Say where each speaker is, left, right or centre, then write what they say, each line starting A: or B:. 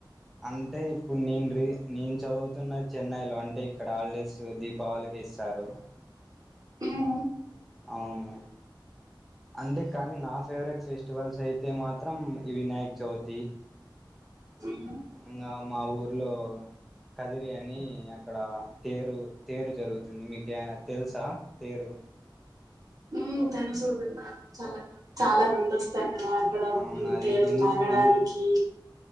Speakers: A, in the centre; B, on the right.
A: అంటే ఇప్పుడు నేను రే నేను చదువుతున్న చెన్నైలో అంటే అంటే ఇక్కడ హాలిడేస్ దీపావళికి ఇస్తారు
B: ఆ
A: అవును
B: ఓకే.
A: అంటే కాని నా ఫేవరెట్ ఫెస్టివల్స్ అయితే మాత్రం ఇ వినాయకు చవితి
B: మ్మ్.
A: ఇంకా మా ఊర్లో కదిరి అని అక్కడ తేరు తేరు జరుగుతుంది మీకు తెలుసా తేరు
B: ఉమ్ తెలుసు విన్నను చాలా చాలా నందిస్తాను అక్కడ
A: అవును అది
B: తేరు
A: ఇన్
B: నాగడానికి
A: ఇన్